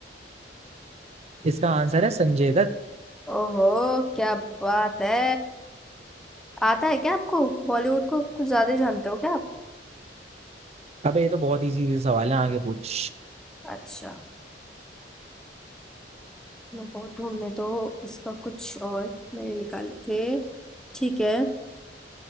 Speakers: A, on the right (about 35°); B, in the centre.
A: इसका आंसर है संजय दत्त
B: ओहो क्या बात है आता है क्या आपको बॉलीवुड को कुछ ज्यादा ही जानते हो क्या आप
A: अबे ये तो बहुत इजी सवाल है आगे पूछ
B: अच्छा मैं बहुत ढूंढने तो इसका कुछ और मैंने निकाले थे ठीक है